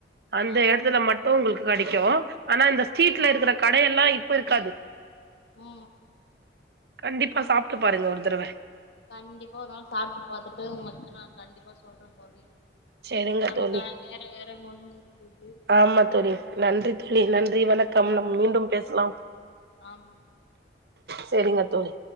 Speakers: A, on the right; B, on the left.
A: அந்த
B: ஆ
A: எடத்துல மட்டு உங்ளுக்கு கெடைக்கு ஆனா இந்த ஸ்ட்ரீட்ல
B: ஆ
A: இருக்குற கடையெல்லா இப்ப இருக்காது
B: ஆ
A: கண்டிப்பா சாப்ட்டு பாருங்க ஒரு தடவ
B: கண்டிப்பா ஒர் நாள் சாப்ட்டு பாத்துட்டு உங்ககிட்ட நா கண்டிப்பா சொல்றே தோழி
A: செரிங்க
B: நமக்கான
A: தோழி
B: நேரோ வேற முடிஞ்சுக்குது
A: ஆமா தோழி நன்றி தோழி நன்றி வணக்கம் நம் மீண்டும் பேசலாம்
B: ஆம்
A: செரிங்க தோழி